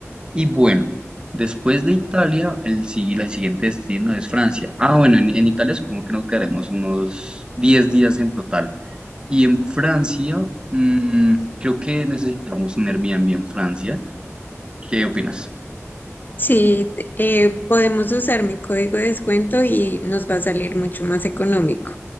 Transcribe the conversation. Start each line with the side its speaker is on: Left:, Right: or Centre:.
Right: Y bueno, después de Italia, el, si- el siguiente destino es Francia. Ah, bueno, en, en Italia supongo que nos quedaremos unos 10 días en total. Y en Francia, mm, creo que necesitamos un Airbnb en Francia. ¿Qué opinas?
Left: Sí, eh, podemos usar mi código de descuento y nos va a salir mucho más económico.